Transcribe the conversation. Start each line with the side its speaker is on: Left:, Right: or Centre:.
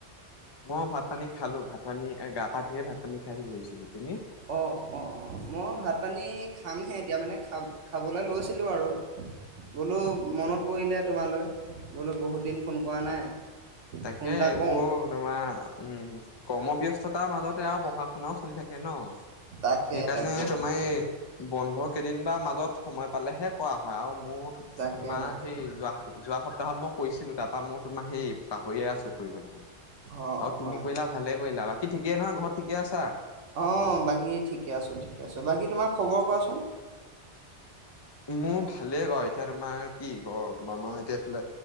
Left: মই ভাত-পানী খালো। ভাত পানী, গা-পা ধুইহে ভাত-পানী খাই আহি বহিছোহি। তুমি?
Right: অ' অ' অ'। মই ভাত-পানী খামহে এতিয়া মানে, খা -খাবলৈ লৈছিলো আৰু। বোলো, মনত
Left: অ
Right: পৰিলে
Left: অ
Right: তোমালৈ। বোলো বহুত দিন ফোন কৰা নাই
Left: তাকে
Right: ফোন এটা
Left: এইবোৰ
Right: কওঁ
Left: তোমাৰ, উম কৰ্মব্যস্ততাৰ মাজত আৰু পঢ়া-শুনাও চলি থাকে ন?
Right: তাকে
Left: সেইকাৰণে
Right: তাকে তাকে
Left: তোমাৰ এই বন্ধ কেই দিন বা মাজত সময় পালেহে কৰা হয় আৰু মোৰ,
Right: তাকে
Left: তোমাৰ
Right: তাকে
Left: সেই যোৱা-যোৱা সপ্তাহত মই কৈছিলো তাত মই, তোমাৰ সেই পাহৰিয়ে আছো। মানে।
Right: অ
Left: আৰু
Right: অ
Left: তুমি
Right: হয়
Left: কৰিলা
Right: হয়
Left: ভালে কৰিলা বাকী ঠিকেই নহয় ঘৰত ঠিকে আছা?
Right: অ, বাকী ঠিকে আছো ঠিকে আছ বাকী তোমাৰ। খবৰ কোৱাচোন।
Left: মোৰ ভালেই বাৰু এতিয়া তোমাৰ কি ক আমাৰ এতিয়া এইফালে